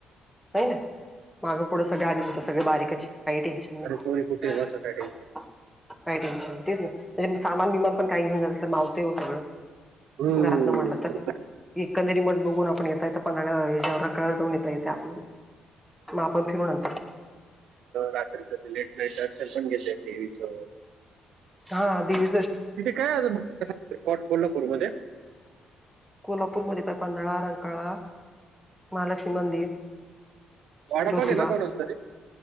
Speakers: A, in the centre; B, on the right (about 75°).
A: नाही ना मागं पुढं सगळे आलेच होत सगळे बारीकचे काही टेन्शन नाही
B: अरे सोरी कुठे बस काय रे?
A: काही टेन्शन तेच ना सामान बीमान पण काही घेऊन जाल तर मावतय हो सगळं
B: हम्म.
A: घरात न म्हटल तर इ कणेरीमठ बघून आपण येता येता पन्हाळा कळावर जाऊन येत आपल्याला मग आपण फिरून आणो
B: रात्री क लेट नाईट दशन पण घेत देवीचं
A: हा देवी
B: इथे काय अजून स्पॉट कोल्हापूर मध्ये
A: कोल्हापूरमध्ये पन्हाळा, रंकाळा, महालक्ष्मी मंदिर
B: वाडा
A: ज्योतिबा
B: पण आहे ना कोणास तरी